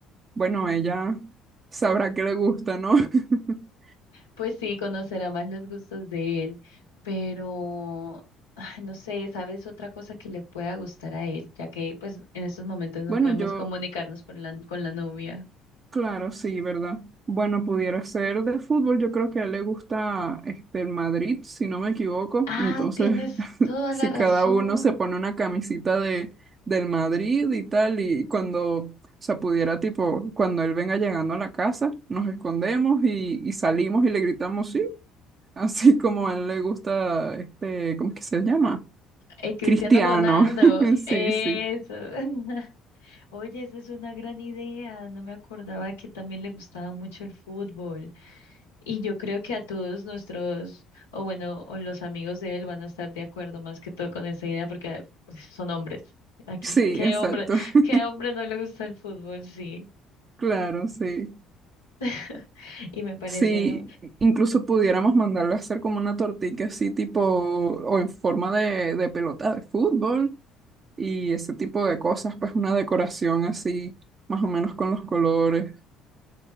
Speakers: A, on the right; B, on the left.
A: bueno, ella sabrá que le gusta, ¿no? <laughs>
B: Pues sí, conocerá más los gustos de él, pero ay, no sé, ¿sabes otra cosa que le pueda gustar a él? Ya que pues en estos momentos no
A: Bueno,
B: podemos
A: yo,
B: comunicarnos por la- con la novia.
A: Claro, sí, ¿verdad? Bueno, pudiera ser de fútbol. Yo creo que a él le gusta este, el Madrid, si no me equivoco.
B: Ah,
A: Entonces,
B: tienes
A: <laughs>
B: toda
A: si
B: la razón.
A: cada uno se pone una camisita de, del Madrid y tal, y cuando, o sea, pudiera, tipo, cuando él venga llegando a la casa, nos escondemos y, y salimos y le gritamos sí, <laughs> así como a él le gusta, este, ¿cómo que se llama?
B: Eh, Cristiano
A: Cristiano.
B: Ronaldo,
A: <laughs> Sí,
B: eso.
A: sí.
B: <laughs> Oye, esa es una gran idea. No me acordaba que también le gustaba mucho el fútbol. Y yo creo que a todos nuestros, o bueno, o los amigos de él van a estar de acuerdo más que todo con esa idea porque pues, son hombres. Aquí,
A: Sí,
B: qué
A: exacto.
B: hombre,
A: <laughs>
B: qué hombre no le gusta el fútbol, sí.
A: Claro, sí.
B: <laughs> Y me parece
A: Sí, incluso pudiéramos mandarlo a hacer como una tortilla así tipo, o en forma de, de pelota de fútbol y ese tipo de cosas, pues una decoración así, más o menos con los colores.